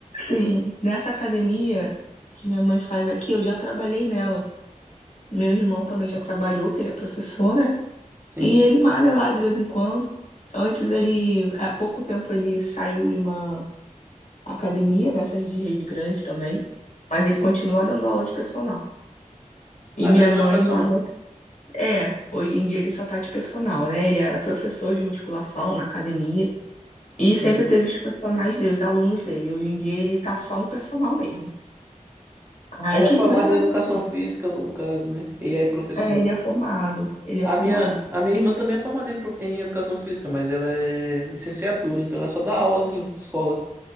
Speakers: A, on the left; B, on the right.
A: sim, nessa academia que minha mãe faz aqui, eu já trabalhei nela. Meu irmão também já trabalhou, que ele é professor, né?
B: Sim.
A: E ele malha lá de vez em quando. Antes ele, há pouco tempo ele saiu de uma academia dessas de rede grande também, mas ele continua dando aula de personal. E
B: Ah,
A: minha
B: teu irmão
A: mãe
B: é personal.
A: malha. É, hoje em dia ele só tá de personal, né? Ele era professor de musculação na academia e
B: Sim.
A: sempre teve os personagens dele, os alunos dele. Hoje em dia ele tá só no personal mesmo. Aí
B: Aí ele
A: que
B: é formado
A: ele ganha mais
B: em educação
A: assim.
B: física, no caso, né? E aí é professor.
A: É, ele é formado, ele
B: A
A: é formado.
B: minha, a minha irmã também é formada em, pro- em educação física, mas ela é licenciatura, então ela só dá aula assim, de escola.